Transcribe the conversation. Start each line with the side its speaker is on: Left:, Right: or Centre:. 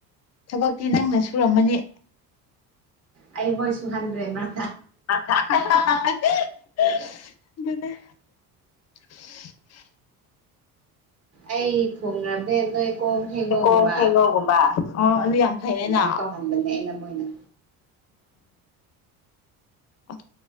Left: ꯊꯕꯛꯇꯤ ꯅꯪꯅ ꯁꯨꯔꯝꯃꯅꯤ
Right: ꯑꯩ ꯃꯣꯏꯁꯨꯨꯍꯥꯟꯗ꯭ꯔꯦꯃ
Left: ꯑꯗꯨ <unintelligible>
Right: ꯑꯩ ꯊꯣꯡꯕꯅꯦꯦ ꯅꯣꯏ ꯀꯣꯡ ꯈꯩꯩꯅꯧꯒꯨꯝꯕ
Left: ꯍꯩꯀꯣꯡ ꯍꯩꯉꯧꯒꯨꯝꯕ ꯑꯣ ꯑꯗꯨ ꯌꯥꯝ ꯐꯩꯌꯦꯅ
Right: ꯑꯗꯨꯃꯥꯏꯅ ꯇꯧꯍꯟꯕꯅꯦ ꯑꯩꯅ ꯃꯣꯏꯅ
Left: ꯑ